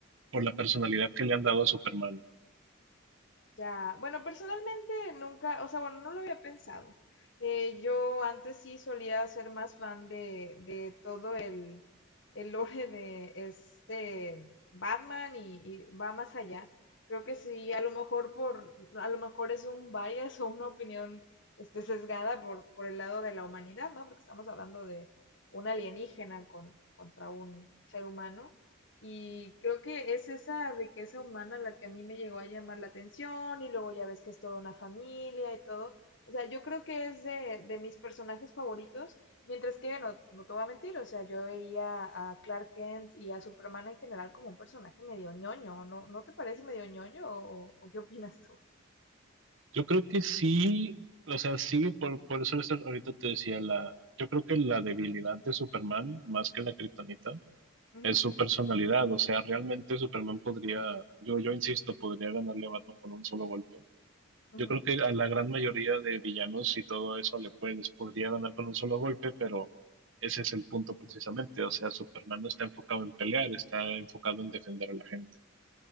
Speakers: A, on the right; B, on the left.
A: por la personalidad que le han dado a Superman.
B: Ya, bueno, personalmente nunca, o sea, bueno, no lo había pensado. Eh, yo antes sí solía ser más fan de, de todo el, el lore de este Batman y, y va más allá. Creo que sí, a lo mejor por, a lo mejor es un bias o una opinión este, sesgada por, por el lado de la humanidad, ¿no? Porque estamos hablando de un alienígena con, contra un ser humano. Y creo que es esa riqueza humana la que a mí me llegó a llamar la atención y luego ya ves que es toda una familia y todo. O sea, yo creo que es de, de mis personajes favoritos, mientras que no, no te voy a mentir, o sea, yo veía a Clark Kent y a Superman en general como un personaje medio ñoño, ¿no, no te parece medio ñoño o, o qué opinas tú?
A: Yo creo que sí, o sea, sí, por, por eso es- ahorita te decía la, yo creo que la debilidad de Superman, más que la kriptonita,
B: Ujú,
A: es su personalidad. O sea, realmente Superman podría, yo, yo insisto, podría ganarle a Batman con un solo golpe.
B: ujú.
A: Yo creo que a la gran mayoría de villanos y todo eso le puedes, podría ganar con un solo golpe, pero ese es el punto precisamente. O sea, Superman no está enfocado en pelear, está enfocado en defender a la gente.